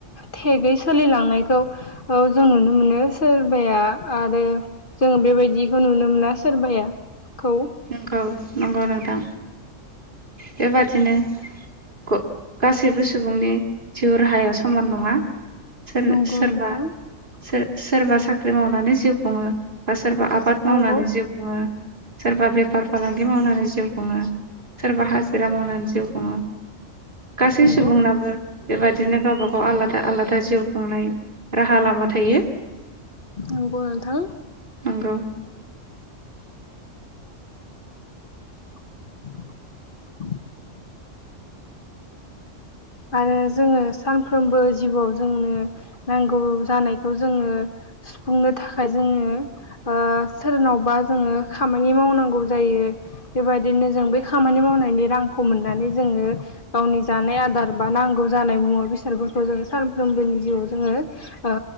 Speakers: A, on the left; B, on the right.
A: थेगै सोलिलांनायखौ औ जों नुनो मोनो सोरबाया आरो जों बेबायदिखो नुनो मोना सोरबाया। खौ
B: नोंगौ नंगौ नोंथां। बेबादिनो ग-गासैबो सुबुंनि जिउ राहाया समान नङा। सोर
A: नंगौ
B: सोरबा
A: नोंथां
B: सोर। सोरबा साख्रि मावनानै जिउ खुङो बा सोरबा। आबाद
A: नंगौ
B: मावनानै जिउ खुंङो। सोरबा बेफार फालांगि मावनानै जिउ खुङो सोरबा हाजिरा मावनानै जिउ खुङो गासै
A: नंगौ
B: सुबुंनाबो बेबायदिनो गावबा गाव आलादा आलादा खोथा जिउ खुंनाय राहा लामा थायो
A: नंगौ नोंथां
B: नंगौ
A: <inaudible> आरो जोङो सानफ्रोमबो जिउआव जोंनो नांगौ जानायखौ जोङो सुफुंनो थाखाय जोङो ओ सोरनावबा जोङो खामानि मावनांगौ जायो बेबायदिनो जों बै खामानि मावनायनि रांखौ मोननानै जोङो गावनि जानाय आदार बा नांगौ जानाय मुवा- बेसादफोरखौ जोङो सानफ्रोमबोनि जिउआव जोङो ओ